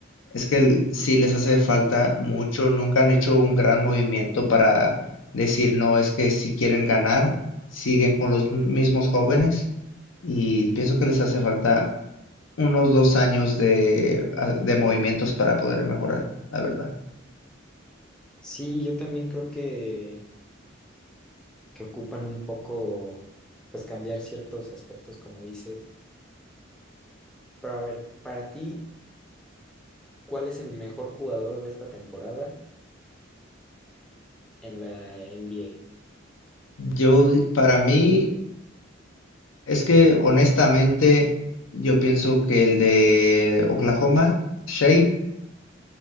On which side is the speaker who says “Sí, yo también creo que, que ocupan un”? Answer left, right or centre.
Centre